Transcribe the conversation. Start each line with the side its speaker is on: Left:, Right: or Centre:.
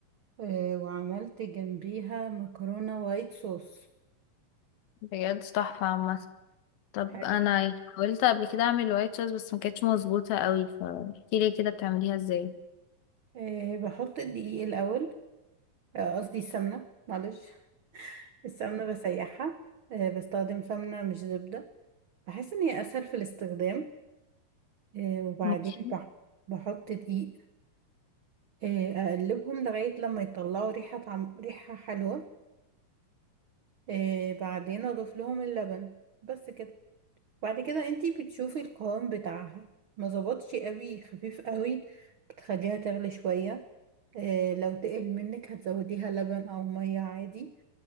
Right: آه وعملت جنبيها مكرونة وايت صوص
Left: بجد تحفة عامة طب
Right: حلو
Left: انا حاولت قبل كده اعمل وايت صوص بس ما كانتش مظبوطة قوي فاحكي لي كده بتعمليها ازاي
Right: آه بحط الدقيق الاول آه، قصدي السمنة معلش السمنة بسيحها آه، بستخدم سمنة مش زبدة بحس إن هي أسهل في الاستخدام آه، وبعدين
Left: ماشي
Right: بح- بحط دقيق آه، أقلبهم لغاية لما يطلعوا ريحة طعم ريحة حلوة آه، بعدين أضيف لهم اللبن بس كده بعد كده انتي بتشوفي القوام بتاعها ما ظبطش قوي خفيف قوي بتخليها تغلي شوية آه، لو تقل منك هتزوديها لبن أو مية عادي